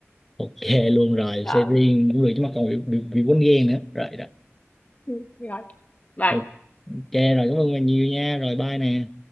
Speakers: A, in the centre; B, on the left (about 35°).
A: ok luôn rồi
B: sợ
A: xe riêng cũng được chứ mà còn bị bị, bị quýnh ghen nữa rồi đó
B: Ừ, rồi bye
A: ok rồi cảm ơn bạn nhiều nha rồi bye nè